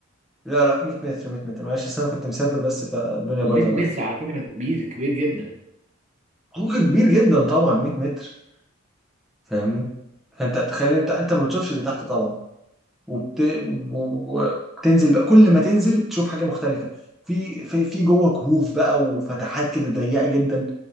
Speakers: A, in the centre; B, on the right (about 35°).
A: لا لا 100 متر 100 متر معلش اصل انا كنت مسافر بس فالدنيا
B: و100
A: بايظه معايا
B: متر على فكرة كبير كبير جدا
A: عمق كبير جدا طبعا 100 متر فاهمني فانت تخيل انت انت ما بتشوفش اللي تحت طبعا وبت... و- وبتنزل بقى كل ما تنزل تشوف حاجه مختلفه في في في جوه كهوف بقى وفتحات كده ضيقه جدا